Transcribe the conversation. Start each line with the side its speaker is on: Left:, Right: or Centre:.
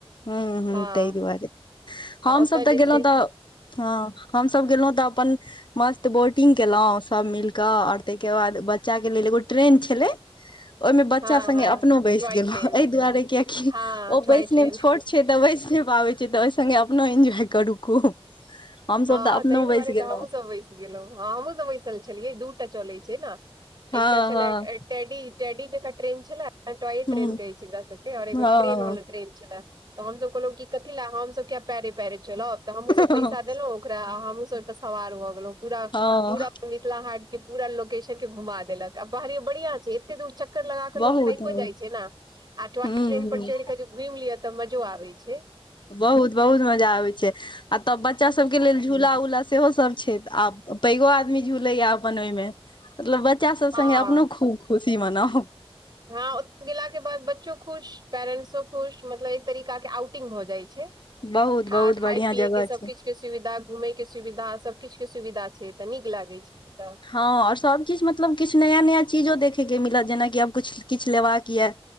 Left: हूं हूं
Right: हँ
Left: तइ दुआरे हमसब
Right: आ ओतय
Left: तऽ
Right: जे
Left: गेलहुँ
Right: छै
Left: तऽ हं हम सभ गेलहुं तऽ अपन मस्त बोटिंग केलहुं सब मिलक आर त के बाद बच्चा के लेल एगो ट्रेन छलै ओहिमे बच्चा
Right: हँ
Left: स्गे
Right: हँ
Left: अपनो बैस
Right: टॉय
Left: गेलो
Right: ट्रेन
Left: एहि दुआरे क्याकि
Right: हँ
Left: ओ
Right: टॉय
Left: बैसनइ
Right: ट्रेन
Left: छोट छै तऽ बैस नइ पाबै छै तऽ ओहि सङ्गे अपनो एन्जॉय करू खूब हमसभ
Right: हँ
Left: तऽ अपनो
Right: तइ दुआरे
Left: बैस
Right: तऽ
Left: गेलहुँ
Right: हमहुँसब बैस गेलहुँ हँ हमहूँ सब बैसल छलियै दु चलै छै न
Left: हँ
Right: एकटा छलैथ
Left: हँ
Right: टेडी टेडी जेका ट्रेन छला टॉय
Left: ह
Right: ट्रेन कहै एकरा सबके ओर एगो
Left: हँ
Right: ट्रेन वाला ट्रेन छला त हमस कहलौं कथि ले हमस पैरे पैरे चलब तऽ हमहुँ सब पैसा
Left: हँ
Right: देलहुं ओकरा आ हमहुं सब ओइ पर सवार भऽ गेलौ पूरा
Left: हँ
Right: पूरा मिथिला हाट के पूरा लोकेशन के घुमा देलक आ बाहरियो बढ़िया छै एते दूर चक्कर लगाक के लोक
Left: बहुत
Right: थाइको
Left: ह
Right: जाइ छै न आ टाॅय
Left: ह
Right: ट्रेन पर चढ़िकय घुमि लिअ तऽ मजो आबै छै
Left: बहुत बहुत मजा आबै छै आ तब बच्चा सब के लेल झूला उलाउल सेहो सब छै आब पैघो आदमी झूलेया अपन ओइमे मतलब बच्चा सब
Right: हँ
Left: सङ्गे अपनो खूब खुशी मनाउ
Right: हँ ओ गेलाके के बाद बच्चो खुश पेरेंट्सो खुश मतलब एक तरीका के आउटिंग भऽ जाइ छै
Left: बहुत
Right: खा
Left: बहुत
Right: खाय
Left: बढ़िया
Right: पियएके
Left: जगह
Right: सब
Left: छै
Right: किछ के सुविधा घुमयके सुविधा सभकिछुके सुविधा छै तऽ नीक लागैत छै तऽ
Left: हँ और सब किछु मतलब किछु नया नया चीजो देखेके मिलत जेनाकि आब किछ किछु लेबाके यऽ